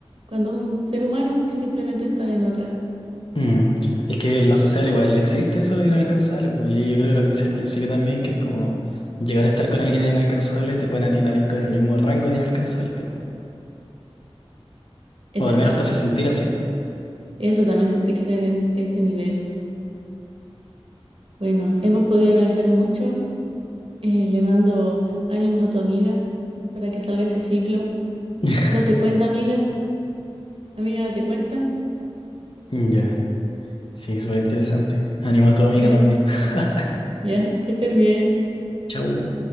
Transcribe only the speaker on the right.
cuando es un ser humano que simplemente está en otra.
Es
verdad,
eso también sentirse en e- ese nivel. Bueno, hemos podido analizar mucho. Eh, le mando ánimos a tu amiga para que salga ese ciclo.
Date cuenta, amiga. Amiga, ¿te cuenta?
Ya,
ya, que estés bien.